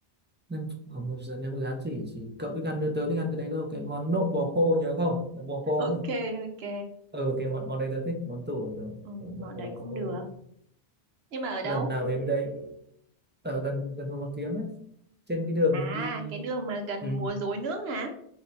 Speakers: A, on the right (about 15°); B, on the right (about 70°).
A: nem không nhập rán nem rán chỉ chỉ cậu thích ăn tớ thích ăn cái đấy đâu cái món nộm bò khô nhớ không nộm bò khô
B: <laughs> ok
A: ấy.
B: ok
A: ờ cái món món đấy tớ thích món tủ rồi
B: ừ,
A: Món-
B: món đấy
A: bò
B: cũng
A: khô
B: được nhưng mà ở đâu
A: lần nào đến đấy ở gần gần Hồ Hoàn Kiếm ấy trên cái đường
B: à
A: mình đi
B: cái đường mà gần
A: ừ.
B: múa rối nước hả